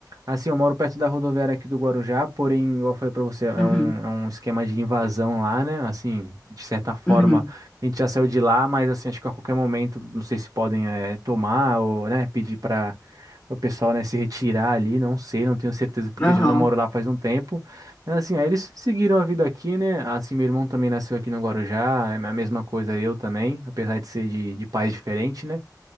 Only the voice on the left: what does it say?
Uhum,
uhum,
aham,